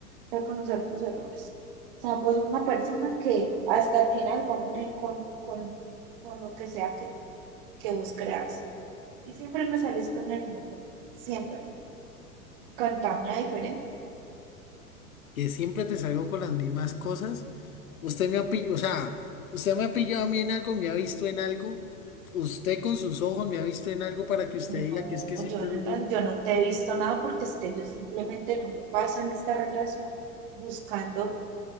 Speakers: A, on the right; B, on the left.
A: reconocer tus errores. O sea, pues una persona que hasta el final va a morir con, con, con lo que sea que, que vos creas. Y siempre me salís con el moco, siempre. Cantame diferente.
B: que siempre te salgo con las mismas cosas. Usted me ha pillado, o sea, usted me ha pillado a mí en algo, me ha visto en algo. Usted con sus ojos me ha visto en algo para que usted
A: No,
B: diga que es que siempre
A: Jonathan,
B: es lo mismo.
A: yo no te he visto nada porque es que yo simplemente no me paso en esta relación buscando